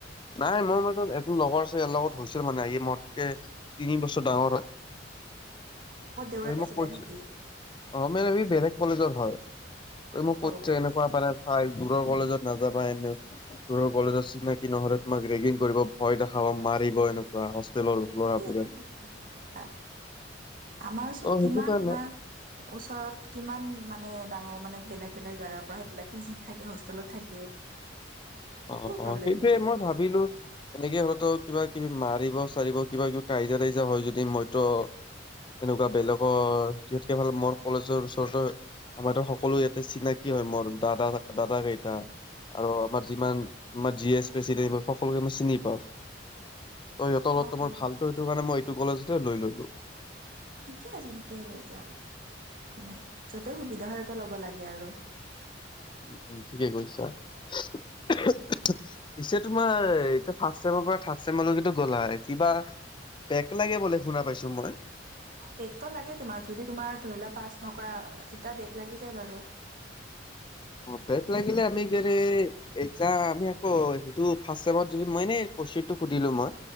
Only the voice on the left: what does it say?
নাই মই মাজত এজন লগৰ আছে ইয়াৰ লগত হৈছিল মানে হি মতকে তিনি বছৰ ডাঙৰ হয়
সি মোক
কৈছে
অ মেম ই বেলেগ কলেজত হয়
তই মোক
কৈছ
এনেকুৱা বাৰে চাই দূৰৰ কলেজত নাযাবা এনেও তোৰ কলেজৰ চিনাকি নহলে তোমাক ৰেগিং কৰিব ভয় দেখাব মাৰিব এনেকুৱা হোষ্টেলৰ ল'ৰাবোৰে
ত' সেইটো
কাৰণে
অ
অ সেইটোৱে
মই ভাবিলো এনেকে হলেতো কিবা কিবি মাৰিব চাৰিব কিবা কিবি কাজিয়া তাজিয়ি হয় যদি মইত এনেকুৱা বেলেগৰ যি হাতকে ফালে মৰ কলেজৰ ওচৰতে আমাৰ টো সকলো ইয়াতে চিনাকি হয় মোৰ দাদা দাদা কেইটা আৰু আমাৰ যিমান আমাৰ জি এ প্ৰেচিডেন সকলোকে মই চিনি পাওঁ ত সিহঁত
লগতো মোৰ
ভাল ত সেইটো কাৰণে মই এইটো কলেজতে লৈ ললো
উম উম ঠিকেই কৈছা পিছে তোমাৰ এতিয়া ফাৰ্ষ্ট চেমৰ পৰা থাৰ্ড চেম লৈকে টো গ'লা কিবা বেক লাগে বুলে শুনা পাইছো মই
ব্ৰেক লাগিলে, আমি <unintelligible> এক্সাম, আমি আকৌ সেইটো, ফাৰ্ষ্ট ছেমত যদি মই, এনেই কোৱেছনটো সুধিলোঁ, মই।